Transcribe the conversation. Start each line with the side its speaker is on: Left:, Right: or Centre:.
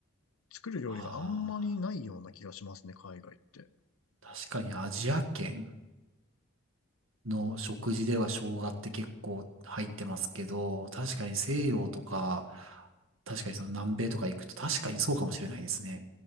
Left: 作る料理があんまりないような気がしますね、
Right: あ
Left: 海外って。
Right: あ、確かにアジア圏の食事では生姜って結構入ってますけど、確かに西洋とか、確かにその南米とか行くと確かにそうかもしれないですね。